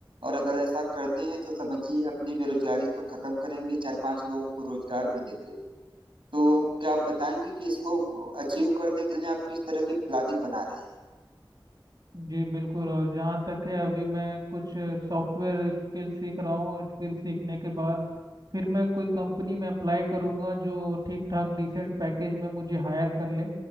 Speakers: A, on the right; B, on the right.
A: और अगर ऐसा करते हैं तो समझिए अपनी बेरोजगारी तो खत्म करेंगे चार पांच लोगों को रोजगार भी देंगे तो क्या आप बताएंगे कि इसको अचीव करने के लिए आप किस तरह की प्लानिंग बना रहे हैं
B: जी बिल्कुल और जहाँ तक है अभी मैं कुछ सॉफ्टवेयर स्किल सीख रहा हूँ और स्किल सीखने के बाद फिर मैं कोई कंपनी में अप्लाई करूँगा जो ठीक ठाक डिसेंट पैकेज में मुझे हायर कर ले